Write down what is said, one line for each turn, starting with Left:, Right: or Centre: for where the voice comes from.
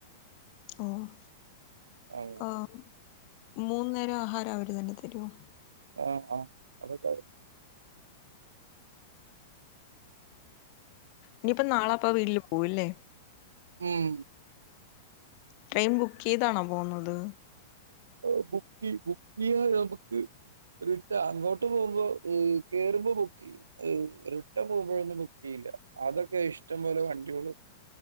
Left: ഓഹ്
Right: വാങ്ങണം.
Left: ആഹ് മൂന്ന് നേരം ആഹാരം അവര് തന്നെ തരുമോ?
Right: ആഹ് ആഹ് അവര് തരും
Left: ഇനിയിപ്പം നാളെപ്പ വീട്ടില് പോകും ല്ലേ?
Right: ഉം
Left: ട്രെയിൻ ബുക്ക് ചെയ്താണോ പോകുന്നത്?
Right: ഓഹ് ബുക്കി ബുക്ക് ചെയ്താ നമുക്ക് റിട്ട അങ്ങോട്ട് പോകുമ്പോ ഉം കേറുമ്പൊ ബുക്ക് ചെയ്യും റിട്ടൺ പോകുമ്പോഴൊന്നും ബുക്ക് ചെയ്യില്ല. അതൊക്കെ ഇഷ്ടം പോലെ വണ്ടികള്